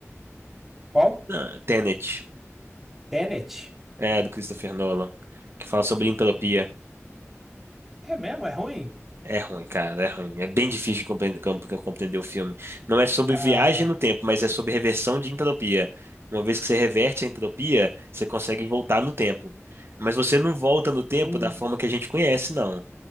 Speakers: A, in the centre; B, on the right.
A: Qual?
B: Ah, Tenet.
A: Tenet.
B: É, do Christopher Nolan. Que fala sobre entropia.
A: É mesmo, é ruim?
B: É ruim, cara, é ruim. É bem difícil de compre- com- com- compreender o filme. Não é sobre
A: Ah,
B: viagem no tempo, mas é sobre reversão de entropia. Uma vez que você reverte a entropia, você consegue voltar no tempo. Mas você não volta no tempo
A: Hum,
B: da forma que a gente conhece, não.